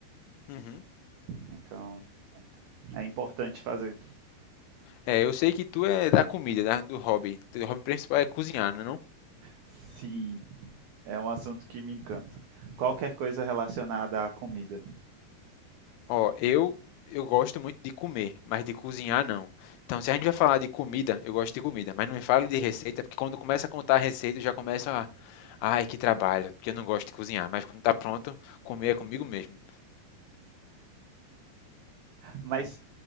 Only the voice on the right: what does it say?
Então, é importante fazer.
Sim, é um assunto que me encanta. Qualquer coisa relacionada à comida.
Mas